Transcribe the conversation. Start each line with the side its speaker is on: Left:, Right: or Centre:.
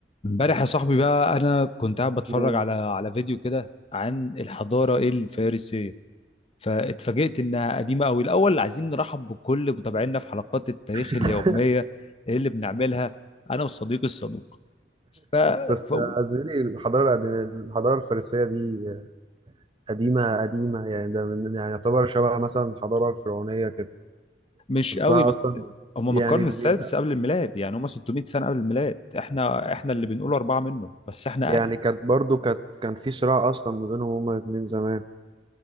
Left: امبارح يا صاحبي بقى انا كنت قاعد بتفرج
Right: مم.
Left: على على فيديو كده عن الحضاره الفارسيه فاتفاجئت انها قديمه قوي الاول عايزين نرحب بكل متابعينا في حلقات التاريخ
Right: <laughs>
Left: اليوميه اللي بنعملها انا وصديقي الصدوق ف...
Right: بس
Left: ف...
Right: آه، زميلي الحضارة القديمة الحضارة الفارسية دي آه، قديمة قديمة يعني ده من يعني يعتبر شبه مثلا الحضارة الفرعونية كده
Left: مش
Right: أصلها
Left: قوي بس
Right: أصلا
Left: هم
Right: يعني
Left: من القرن السادس
Right: بيبقى
Left: قبل الميلاد يعني هم 600 سنه قبل الميلاد احنا احنا اللي بنقول اربعه منه بس احنا
Right: يعني
Left: اقدم
Right: كانت برضو كانت كان في صراع أصلا ما بينهم هما الاتنين زمان